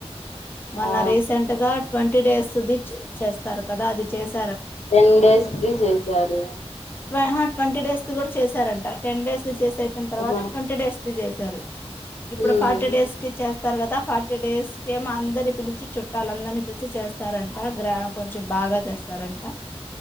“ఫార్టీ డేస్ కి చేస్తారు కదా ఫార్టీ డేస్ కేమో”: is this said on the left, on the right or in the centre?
Left